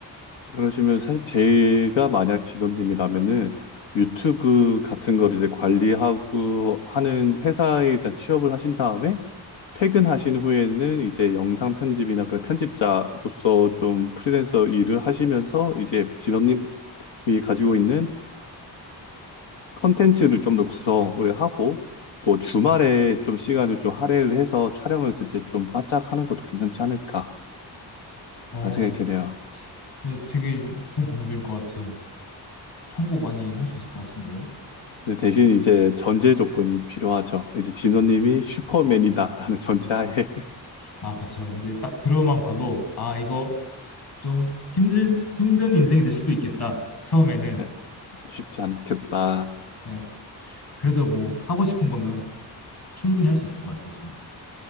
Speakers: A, on the left; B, on the left.
A: 그러시면 사실 제가 만약 진원님이라면은 유튜브 같은 걸 이제 관리하고 하는 회사에 일단 취업을 하신 다음에 퇴근하신 후에는 이제 영상 편집이나 그 편집자로서 좀 프리랜서 일을 하시면서 이제 진원님이 가지고 있는 컨텐츠를 좀 더 구성을 하고 또 주말에 좀 시간을 좀 할애를 해서 촬영을 그때 좀 바짝 하는 것도 괜찮지 않을까
B: 어,
A: 하는 생각이
B: 네,
A: 드네요.
B: 네, 되게 좋은 방법일 것 같아요. 참고 많이 할 수 있을 것 같은데요.
A: 근데 대신 이제 전제 조건이 필요하죠. 이제 진원님이 슈퍼맨이다라는 전제하에
B: 아, 그쵸. 이제 딱 들어만 봐도, 아, 이거 좀 힘들, 힘든 인생이 될 수도 있겠다. 처음에는.
A: <laughs> 쉽지 않겠다.
B: 네, 그래도 뭐 하고 싶은 거면 충분히 할 수 있을 것 같아요, 저는.